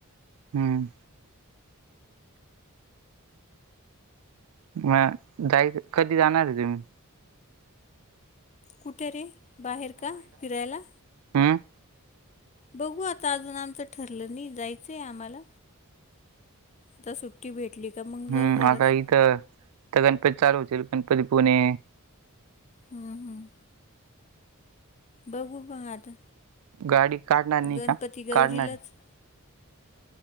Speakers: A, on the right (about 85°); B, on the left (about 30°).
A: हम्म मग जाय कधी जाणार आहे तुम्ही
B: कुठे रे बाहेर का फिरायला
A: हम
B: बघू आता अजून आमचं ठरलं नाही जायचंय आम्हाला आता सुट्टी भेटली का मग
A: हम्म
B: जाऊ जरास
A: आता इथं तर गणपती चालू होतील गणपती पुणे
B: हम्म हम् बघू पण आता
A: गाडी काढणार नाही
B: गणपती
A: का काढणारी
B: गौरीलाच